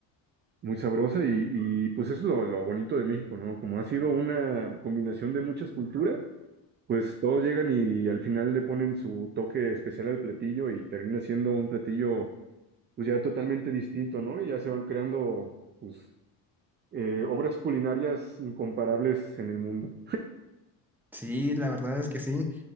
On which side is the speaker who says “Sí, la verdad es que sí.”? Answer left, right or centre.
Centre